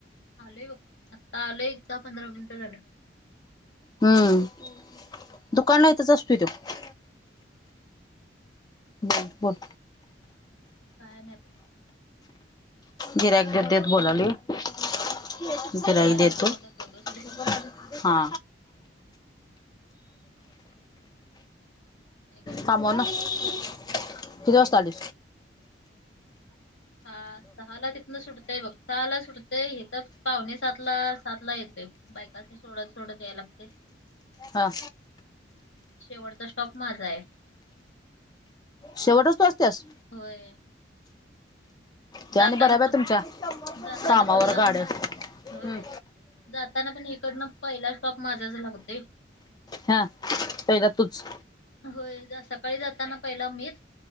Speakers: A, on the left; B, on the left.
A: आलय बघ आत्ता आलंय एकदा पंधरा मिनिटं झालं
B: हम्म दुकान नाही तरच असत त बर बर
A: काय नाही
B: गिरयक देेत देत बोलाली गिरयक
A: कळालंय
B: देेत
A: की
B: तू
A: म्हणूनच
B: हा
A: गप बसलोय आणि का
B: हा बोला किती वाजता आले
A: हा सहाला तिथनं सुटतय बघ सहा ला सुटतय हे तर पाहणे सात ला सात ला येतय बायका ते सोडत सोडत यायला लागते
B: हा
A: शेवटचा स्टॉप माझा आहे
B: शेवटच तू
A: त्या
B: असतेस
A: होय
B: त्या
A: जाताना
B: आणि बराब आहे
A: पण
B: तुमच्या
A: जाताना
B: कामावर
A: पण
B: गाड्या
A: ह
B: हम्म.
A: बाय जाताना पण इकडनं पहिला स्टॉप माझाच लागते
B: हा पहीला तुच
A: होय सकाळी जाताना पहिला मीच